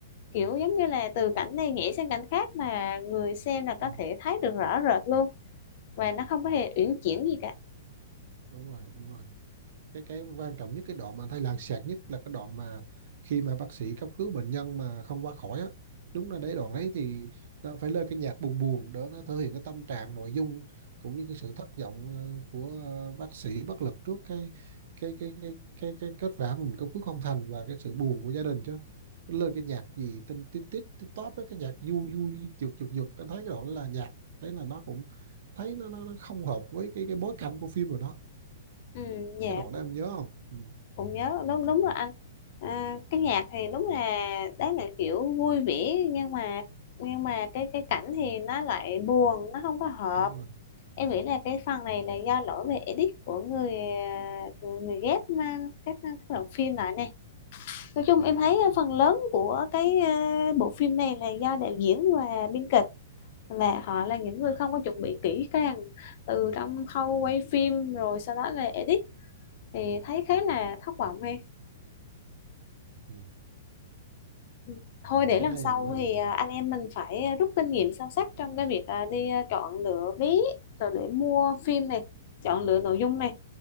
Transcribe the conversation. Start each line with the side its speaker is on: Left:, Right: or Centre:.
Left: Kiểu giống như là từ cảnh này nhảy sang cảnh khác mà người xem là có
Right: Ừ.
Left: thể thấy được rõ rệt luôn. Và nó không có hề uyển chuyển gì cả.
Right: đúng rồi đúng rồi cái cái quan trọng nhất cái đoạn mà anh thấy làng xẹt nhất là cái đoạn mà khi mà bác sĩ cấp cứu bệnh nhân mà không qua khỏi á đúng là đấy đoạn đấy thì nó phải lên cái nhạc buồn buồn để nó thể hiện cái tâm trạng nội dung cũng như cái sự thất vọng ờ, của ờ, bác sĩ bất lực trước cái cái cái cái cái, cái kết quả mà mình cấp cứu không thành và cái sự buồn của gia đình chứ lên cái nhạc gì tinh tít tít tít tóp với cái nhạc vui vui giật giật giật anh thấy cái đoạn đó là nhạc đấy là nó cũng thấy nó nó, nó không hợp với cái cái bối cảnh của phim rồi đó
Left: Ừ, dạ.
Right: cái đoạn đó em nhớ không ừ,
Left: cũng nhớ đúng đúng rồi anh à, cái nhạc thì đúng là đấy là kiểu vui vẻ nhưng mà nhưng mà cái cái cảnh thì nó lại buồn nó không có hợp
Right: đúng rồi
Left: em nghĩ là cái phần này là do lỗi về edit của người à, người, ghép mà các à, các đoạn phim lại này nói chung em thấy
Right: Ừ.
Left: phần lớn của cái à, bộ phim này là do đạo diễn và biên kịch là họ là những
Right: à
Left: người không có chuẩn bị kỹ càng từ trong khâu quay phim rồi sau đó là edit thì thấy khá là thất vọng em
Right: ừ.
Left: Ừ. Thôi để
Right: cái
Left: lần
Right: này
Left: sau
Right: mới
Left: thì à, anh em mình phải à, rút kinh nghiệm sâu sắc trong cái việc à, đi à, chọn lựa vé rồi để mua phim này, chọn lựa nội dung này